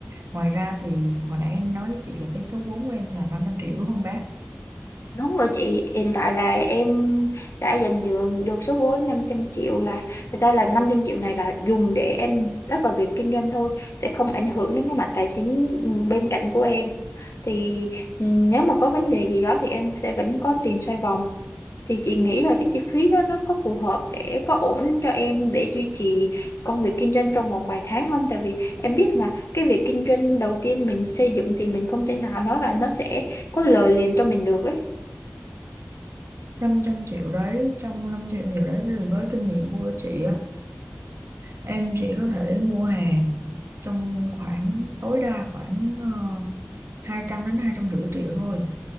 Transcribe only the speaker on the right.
ngoài ra thì hồi nãy em nói với chị là cái số vốn của em là 500 triệu đúng không bác
500 triệu đấy trong 500 triệu đấy thì với kinh nghiệm của chị á em chỉ có thể mua hàng trong khoảng tối đa khoảng uh, 200 đến hai trăm rưỡi triệu thôi